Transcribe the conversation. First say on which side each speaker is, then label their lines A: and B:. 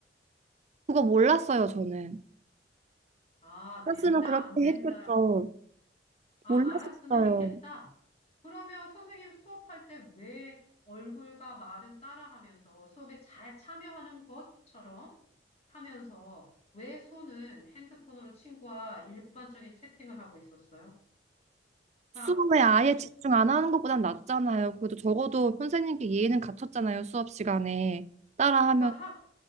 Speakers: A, on the right; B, on the left.
A: 그거 몰랐어요, 저는.
B: 아,
A: 알았으면
B: 된다,
A: 그렇게
B: 안 된다.
A: 했겠죠.
B: 아,
A: 몰랐었어요.
B: 알았으면 했겠다. 그러면 선생님 수업할 때 왜 얼굴과 말은 따라하면서 수업에 잘 참여하는 것처럼 하면서 왜 손은 핸드폰으로 친구와 일반적인 채팅을 하고 있었어요?
A: 수업에
B: 아,
A: 아예
B: 그,
A: 집중 안 하는 것보단 낫잖아요. 그래도 적어도 선생님께 예의는 갖췄잖아요, 수업 시간에. 따라하면
B: 그거 한,